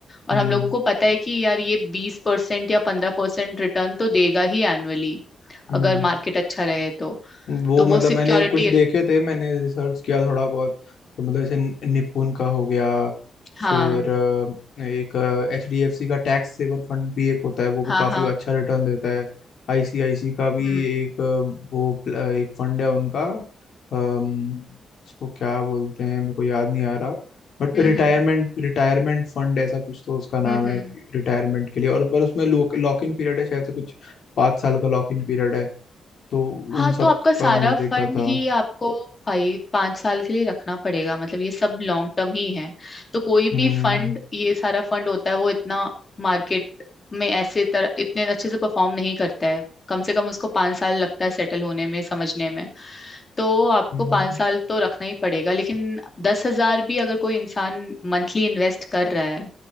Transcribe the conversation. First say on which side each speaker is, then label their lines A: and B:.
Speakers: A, on the left; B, on the left.
A: और
B: हम्म
A: हम लोगों को पता है कि यार ये बीस परसेंट या पंद्रह परसेंट रिटर्न तो देगा ही एनुअली
B: हम्म
A: अगर मार्केट अच्छा रहे तो
B: वो
A: तो वो
B: मतलब
A: सिक्योरिटी
B: मैंने कुछ देखे थे मैंने रिसर्च किया थोड़ा बहुत तो मतलब जैसे निपुण का हो गया
A: हाँ
B: फिर अ, एक एच डी एफ सी का टैक्स सेवर फंड भी एक होता है वो भी
A: हाँ
B: काफी
A: हाँ
B: अच्छा रिटर्न देता है आईसीआईसी का भी
A: हम्म
B: एक अ, वो प्ल- अ, एक फंड है उनका अम, उसको क्या बोलते हैं मेरे को याद नहीं आ रहा बट
A: हम्म
B: रिटायरमेंट
A: हम्म
B: रिटायरमेंट फंड ऐसा कुछ तो उसका नाम
A: हम्म
B: है
A: हम्म।
B: रिटायरमेंट के लिए और पर उसमें लॉक इन पीरियड है शायद से कुछ पाँच साल का लॉक इन पीरियड है तो
A: हाँ
B: उन सब
A: तो आपका सारा
B: का मैंने
A: फंड
B: देखा था
A: ही आपको फाइव पांच साल के लिए रखना पड़ेगा मतलब ये सब लॉन्ग टर्म ही है तो कोई
B: हम्म
A: भी फंड ये सारा फंड होता है वो इतना मार्केट में ऐसे तरह इतने अच्छे से परफॉर्म नहीं करता है कम से कम उसको पांच साल लगता है सेटल होने में समझने में तो आपको
B: हम्म
A: पाँच साल तो रखना ही पड़ेगा लेकिन दस हजार भी अगर कोई इंसान मंथली इन्वेस्ट कर रहा है